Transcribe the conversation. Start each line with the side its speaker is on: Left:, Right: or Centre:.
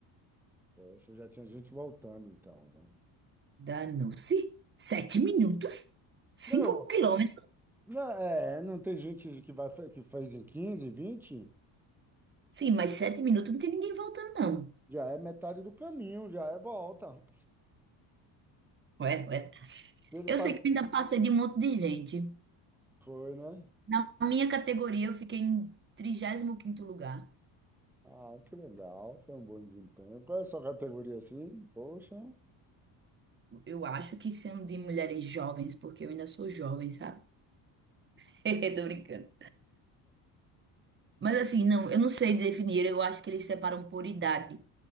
Centre: Poxa, já tinha gente voltando, então, né?
Right: Danou-se. Sete minutos?
Centre: Não,
Right: Cinco quilômetros?
Centre: não, é, não tem gente que vai, que faz em 15, 20,
Right: Sim, mas sete minutos não tem ninguém voltando, não.
Centre: já é metade do caminho, já é volta.
Right: Ué, ué.
Centre: Se ele faz.
Right: Eu sei que eu ainda passei de um monte de gente.
Centre: Foi, né?
Right: Na minha categoria, eu fiquei em trigésimo quinto lugar.
Centre: Ah, que legal, foi um bom desempenho. Qual é a sua categoria assim? Poxa.
Right: Eu acho que sendo de mulheres jovens, porque eu ainda sou jovem, sabe? <laughs> Tô brincando. Mas assim, não, eu não sei definir. Eu acho que eles separam por idade